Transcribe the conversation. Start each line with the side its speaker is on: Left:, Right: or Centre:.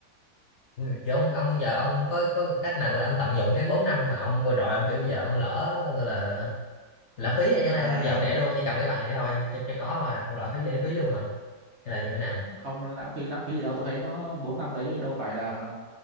Left: ừ, kiểu ông, ông giờ ông có có cách nào gọi là ông tận dụng cái 4 năm mà ông vừa rồi ông kiểu bây giờ ông lỡ gọi là lãng phí rồi chẳng lẽ
Right: à
Left: ông giờ ông để luôn ông chỉ cầm cái bằng này thôi cho, cho có thôi à? ông lãng phí để phí luôn hả hay là như thế nào
Right: không lãng phí lãng phí gì đâu tôi thấy nó 4 năm đấy đâu phải là